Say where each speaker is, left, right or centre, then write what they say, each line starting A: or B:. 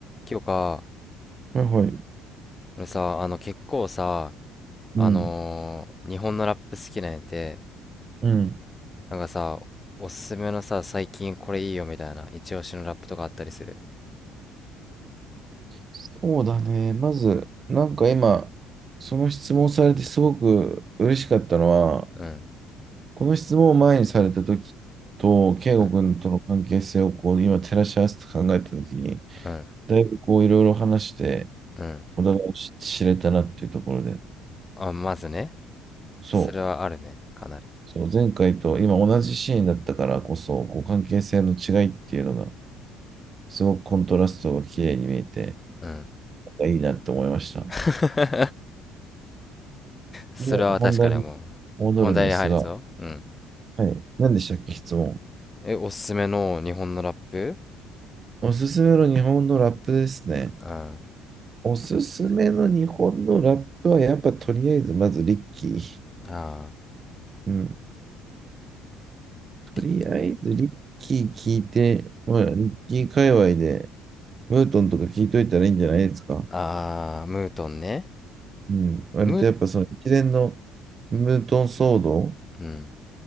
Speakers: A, on the left; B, on the right.
A: 今日か、
B: はいはい。
A: 俺さ、あの結構さ、あのー日本のラップ好きなんやて、
B: うん。うん。
A: なんかさ、おすすめのさ、最近これいいよみたいな、一押しのラップとかあったりする。
B: そうだね。まず、なんか今、その質問されてすごく嬉しかったのは、
A: うん、
B: この質問を前にされた時と、圭吾君との関係性をこう今照らし合わせて考えた時に、
A: うん、うん、
B: だいぶこういろいろ話して、
A: うん。
B: お互いを知知れたなっていうところで、
A: あ、まずね、
B: そう、
A: それはあるね、かなり。
B: そう、前回と今同じシーンだったからこそ、こう関係性の違いっていうのが、すごくコントラストが綺麗に見えて、
A: うん。
B: いいなって思いました。
A: <laughs> それは確かに思う。
B: で、本題に戻るんですが、
A: 本題に入るぞ。うん。
B: はい。何でしたっけ、質問。
A: え、おすすめの日本のラップ
B: おすすめの日本のラップですね。
A: うん。
B: おすすめの日本のラップは、やっぱとりあえず、まずリッキー。
A: ああ、
B: うん。とりあえずリッキー聞いて、
A: り
B: まあ、リッキー界隈で、ムートンとか聞いといたらいいんじゃないですか。
A: ああ、ムートンね。
B: うん。割とやっぱその一連の
A: ム、
B: ムートン騒動、
A: うん。